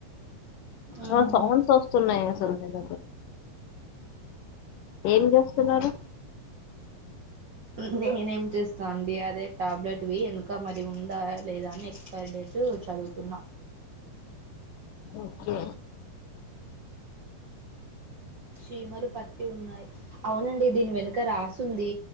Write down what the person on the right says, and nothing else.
ఉహు
ఉ నేనేం చేస్తా అండి అదే టాబ్లెట్వి ఎన్క మరి ఉందా లేదా అని ఎక్స్పైరీ డేటు చదువుతున్నా
చీమలు పట్టి ఉన్నాయ్. అవునండి దీన్ వెన్క రాసుంది.